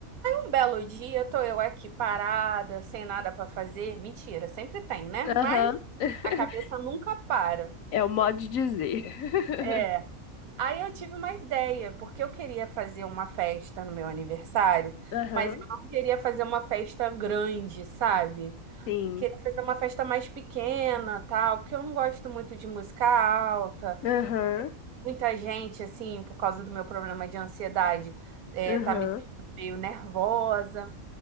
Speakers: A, on the right; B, on the left.
A: Um belo dia, tô eu aqui parada, sem nada para fazer. Mentira, sempre tem, né?
B: aham.
A: Mas
B: <laughs>
A: a cabeça nunca para.
B: É o modo de dizer.
A: É.
B: <laughs>
A: Aí eu tive uma ideia, porque eu queria fazer uma festa no meu aniversário,
B: Aham,
A: mas eu não queria fazer uma festa grande, sabe?
B: sim.
A: Queria fazer uma festa mais pequena, tal, porque eu não gosto muito de música alta.
B: Aham,
A: Muita gente, assim, por causa do meu problema de ansiedade, é,
B: aham,
A: tá me deixando meio nervosa.